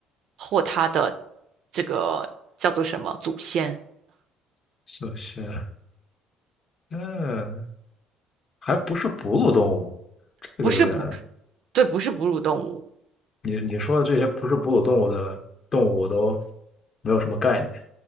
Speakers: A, on the right; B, on the left.
A: 或它的这个叫做什么祖先，
B: 小学，嗯，还不是哺乳动物，这个有点，
A: 不是哺，对，不是哺乳动物。
B: 你你说的这些不是哺乳动物的动物，我都没有什么概念。